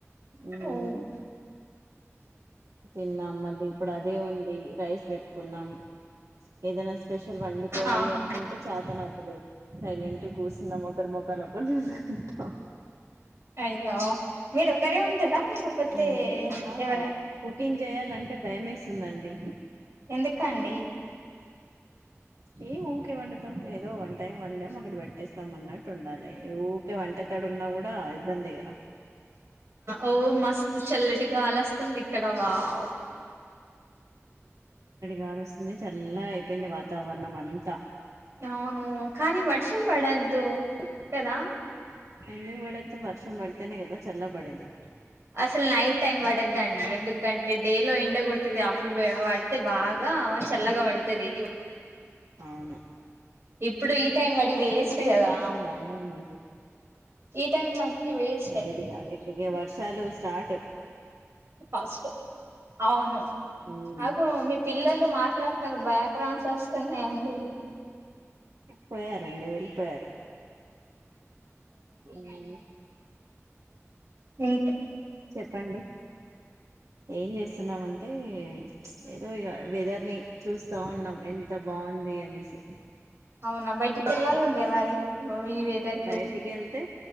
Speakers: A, on the right; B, on the right.
A: మ్మ్
B: ఓ
A: తిన్నాం మళ్ళీ ఇప్పుడు అదే ఉంది రైస్ పెట్టుకున్నాం ఏదైనా స్పెషల్ వండుకోవాలి
B: ఆహా
A: అనుకుంటే చాతన అవుంది సైలెంట్ గా కూసున్నాం ఒకరు చూసుకుంటా
B: అయ్యో మీరు ఒకరే ఉంటారా లేకపోతే
A: మ్మ్ ఏమన్నా
B: ఎవరనా
A: కుకింగ్ చేయాలంటే భయేస్తుందండి
B: ఎందుకండి
A: ఏం ఓకే వండుతం ఏదో వన్ టైమ్ వన్ టైం అక్కడ పెట్టేస్తాం అన్నట్టు ఉండాలి ఊరికే వంటకాడు ఉన్నా కూడా ఇబ్బంది కదా
B: ఓ మస్తు చల్లటి గాలి వస్తుంది ఇక్కడ వావ్
A: యాడస్తుంది చల్లగా అయిపోయింది వాతావరణం అంతా
B: అవును కానీ వర్షం పడొద్దు కదా
A: ఏంది పడొద్దు వర్షం పడతానే కదా చల్ల బడేది
B: అసలు నైట్ టైం పడద్దండి ఎందుకంటే డే లో ఎండ కొడుతుంది అప్పుడు పడితే బాగా బాగా చల్లగా పడుతుది
A: అవును
B: ఇప్పుడు ఈ టైం పడి వేస్ట్‌
A: కానీ
B: కదా
A: వర్షం రావడం మంచిది
B: టెన్ బట్టి వేస్టె
A: లేదు ఇగ ఈ వర్షాలు స్టార్ట్
B: ఫస్ట్‌ అవును
A: ఉమ్
B: నాకు మీ పిల్లలు మాట్లాడుతారు బ్యాక్ గ్రౌండ్స్ వస్తున్నాయిండి
A: పోయారండి వెళ్ళిపోయారు ఏ
B: హు
A: చెప్పండి ఏం చేస్తున్నామంటే ఏదో వెదర్ ని చూస్తా ఉన్నాం ఎంత బాగుంది అనేసి
B: అవునా బయటికి వెళ్ళాలు ఉండే మరి ఈ వెదర్ కి
A: బయటికి వెళ్తే